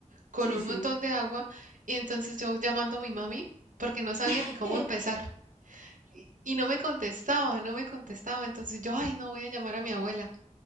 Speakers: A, on the right; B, on the left.
A: con
B: Sí,
A: un
B: sí.
A: montón de agua. Y entonces yo llamando a mi mami, porque no sabía
B: <laughs>
A: ni cómo empezar. Y, y no me contestaba, no me contestaba. Entonces yo, ay, no voy a llamar a mi abuela.